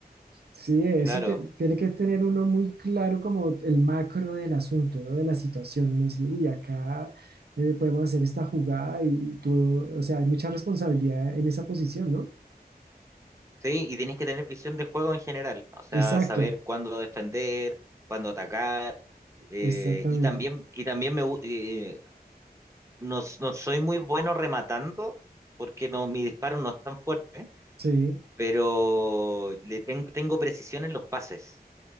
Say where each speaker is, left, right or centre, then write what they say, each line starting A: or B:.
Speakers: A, on the right; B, on the right.
A: Sí, eso
B: claro,
A: te- tiene que tener uno muy claro como el macro del asunto, ¿no? De la situación. Uno decir, uy, acá eh, podemos hacer esta jugada y tú, o sea, hay mucha responsabilidad en esa posición, ¿no?
B: sí, y tienes que tener visión de juego en general, o sea,
A: Exacto,
B: saber cuándo defender, cuándo atacar, eh,
A: exactamente.
B: y también, y también me, gu- eh, no, s- no soy muy bueno rematando, porque no, mi disparo no es tan fuerte,
A: Sí.
B: pero le tengo, tengo precisión en los pases,